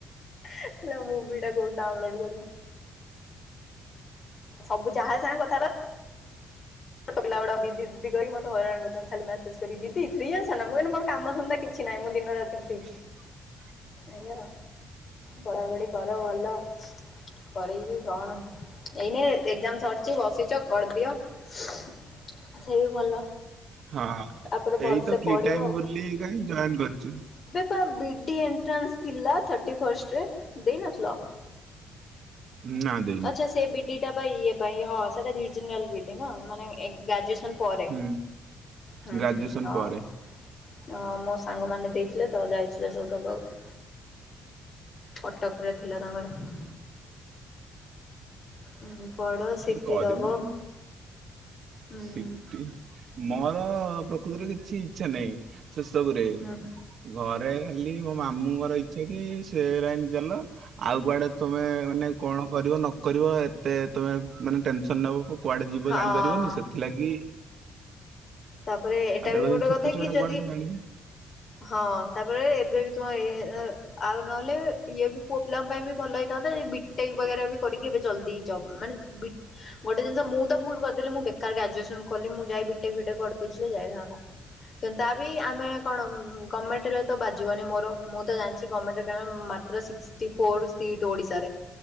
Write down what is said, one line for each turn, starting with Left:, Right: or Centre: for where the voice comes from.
Left: ହେଲେ ମୁଭି ଟା କୋଉଠି ଡାଉଁଲୋଡ୍ କରେ। ସବୁ ଯାହା ସାଙ୍ଗେ କଥା ହେଲା ଛୋଟପିଲାଗୁଡାକ ଦିଦି ଦିଦି କହିିକି ମତେ ହଇରାଣ କରିଚନ୍ତି ଖାଲି ମ୍ୟାସେଜ୍ କରିକି ଦିଦି ଫ୍ରି ଅଛ ନା ମୁଁ କହିଲି ମୋର କାମ ଧନ୍ଦା କି ଛି ନାଇଁ ମୁଁ ଦିନ ରାତି ଫ୍ରି।
Right: <inaudible>
Left: ଆଜ୍ଞା ପଢାପଢି କର ଭଲ କରିକି କଣ ଏଇନେ ଏକ୍ଜାମ୍ ସରିଚି ବସିଚ କରିଦିଅ। ସେ ବି ଭଲ।
Right: ହଁ
Left: ତାପରେ ଭଲସେ
Right: ଏଇ ତ ଫ୍ରି
Left: ପଢିବ
Right: ଟାଇମ ବୋଲିକା ହିଁ ଜଏନ୍ କରିଚୁ।
Left: ତ ବିଡି ଏଣ୍ଟ୍ରାନ୍ସ ଥିଲା ର୍ଥାଟି ଫାଷ୍ଟରେ ଦେଇ ନଥିଲ?
Right: ନା ଦେ
Left: ଆଚ୍ଛା ସେ ବିଡ଼ି ଟା ଇଏ ପାଇଁ ହଁ ସେଟା ଭିଜି ନାଲ୍ ବିଡ଼ି ମାନେ ଗ୍ରାଜୁଏସନ୍ ନ୍ ପରେ
Right: ହୁଁ
Left: ହୁଁ
Right: ଗ୍ରାଜୁଏସନ
Left: ହୁଁ ହଁ।
Right: ପରେ
Left: ଅଁ ମୋ ସାଙ୍ଗମାନେ ଦେଇଥିଲେ ତ ଯାଇଥିଲେ ସବୁ ଦବାକୁ। କଟକରେ ଥିଲା ତାଙ୍କର ହୁଁ ପଢ ସିଟି
Right: ଏ କରିମି
Left: ଦବ ହୁଁ। ହୁଁ
Right: ସିଟି ମୋର ପ୍ରକୃତରେ କିଛି ଇଚ୍ଛା ନାହିଁ ସେସବୁରେ
Left: ହୁଁ
Right: ଘରେ ଖାଲି ମୋ ମାମୁଁଙ୍କର ଇଚ୍ଛା କି ସେ ଲାଇନ୍ ଚାଲ ଆଉ କୁଆଡ଼େ ତମେ ମାନେ କଣ କରିବ ନ କରିବ ଏତେ ତମେ ମାନେ ଟେନସନ୍ ନେବା କୁ କୁଆଡ଼େ ଯିବ
Left: ହଁ।
Right: ଜାଣିପାରିବନି ସେଥି ଲାଗି।
Left: ତାପରେ ଏଇଟା
Right: ତାର
Left: ବି ଗୋଟେ
Right: ଛୋଟ
Left: କଥା
Right: ଛୁଆଟା
Left: କି ଯଦି।
Right: କୁଆଡେ ନ ଜାଣିବ
Left: ହଁ ତାପରେ ଏବେ ବି ତୁମ ଏ ଆଉ ନହେଲେ ଇଏ ବି ପୁଅ ପିଲାଙ୍କ ପାଇଁ ବି ଭଲ ହେଇଥାନ୍ତା ବିଟେକ୍ ବଗେରା ବି କରିକି ଏବେ ଜଲଦି ଯବ୍ ମାନେ ବିଟ୍ ଗୋଟେ ଜିନିଷ ମୁଁ ତ ଭୁଲ କରିଦେଲି ମୁଁ ବେକାର ଗ୍ରାଜୁଏସନ୍ କଲି ମୁଁ ଯାଇ ବିଟେକ୍ ଫିଟେକ୍ କରିଦେଇଥିଲେ ଯାଇଥାନ୍ତା କିନ୍ତୁ ତା ବି ଆମେ କଣ ଗମେଣ୍ଟ୍ ରେ ତ ବାଜିବନି ମୋର ମୁଁ ତ ଜାଣିଚି ଗମେଣ୍ଟ୍ କାରଣ ମାତ୍ର ସିକ୍ସିଟି ଫୋର ସିଟ୍ ଓଡ଼ିଶାରେ।